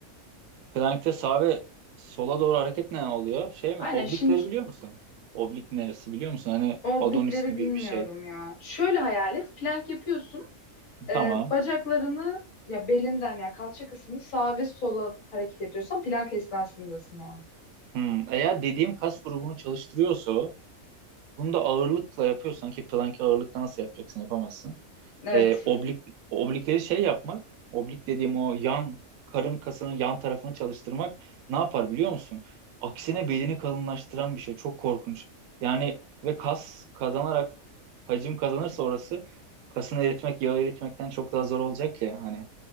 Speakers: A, on the right; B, on the left.
A: Plankte sağa ve sola doğru hareket ne oluyor? Şey mi?
B: Aynen
A: Oblikleri
B: şimdi ş-
A: biliyor musun? Oblik neresi biliyor musun? Hani
B: oblikleri
A: Adonis gibi
B: bilmiyorum
A: bir şey.
B: ya. Şöyle hayal et. plank yapıyorsun. E,
A: Tamam.
B: bacaklarını ya belinden ya kalça kısmını sağa ve sola hareket ediyorsan plank esnasındasın o an.
A: Hmm, Eğer dediğim kas grubunu çalıştırıyorsa o, bunu da ağırlıkla yapıyorsan ki plank ağırlıkla nasıl yapacaksın? Yapamazsın.
B: Evet.
A: e, oblik oblikleri şey yapmak, oblik dediğim o yan karın kasının yan tarafını çalıştırmak ne yapar biliyor musun? Aksine belini kalınlaştıran bir şey. Çok korkunç. Yani ve kas kazanarak hacim kazanırsa orası kasını eritmek, yağı eritmekten çok daha zor olacak ya hani.